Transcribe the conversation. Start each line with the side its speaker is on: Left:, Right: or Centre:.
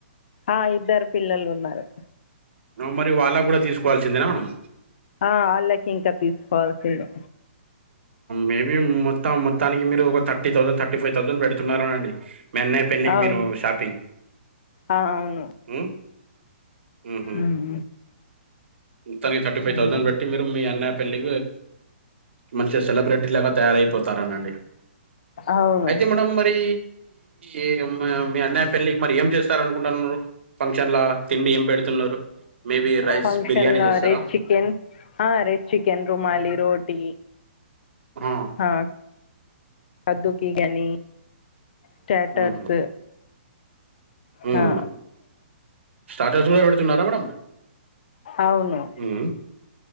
Left: ఆ ఇద్దరు పిల్లలు ఉన్నారు
Right: మరి వాళ్ళ కూడా తీసుకోవాల్సిందేనా మేడం
Left: ఆ అల్లాకి ఇంకా తీసుకోవాల్సి ఉండే
Right: మేబీ మొత్తం మొత్తానికి మీరు ఒక thirty thousand thirty five thousand పెడుతున్నారు అనండి మీ అన్నయ్య పెళ్ళికి
Left: అవును
Right: మీరు షాపింగ్
Left: ఆ అవును
Right: ఉ ఉహు
Left: ఉమ్
Right: తనికి థర్టీ ఫైవ్
Left: ఉమ్
Right: థౌసండ్ పెట్టి మీరు మీ అన్నయ పెళ్లి మంచిగా సెలబ్రిటీ లాగా తయారైపోతారు అనండి
Left: అవును
Right: అయితే మేడం మరి ఈ మా మీ అన్నయ్య పెళ్ళికి మరి ఏం చేస్తార అనుకుంటున్నారు ఫంక్షన్ల తిండి ఏం పెడు న్నారు మేబి రైస్
Left: ఫంక్షన్
Right: బిర్యానీ
Left: లో
Right: చేస్తారా
Left: రెడ్ చికెన్ ఆ రెపు చికెన్ రుమాలి రోటీ
Right: ఆ
Left: హా కద్దుకి గనీ స్టాటర్స్
Right: మ్మ్ మ్మ్
Left: హ
Right: స్టార్టర్స్ కూడా పెడుతున్నారా మేడం
Left: అవును
Right: మ్మ్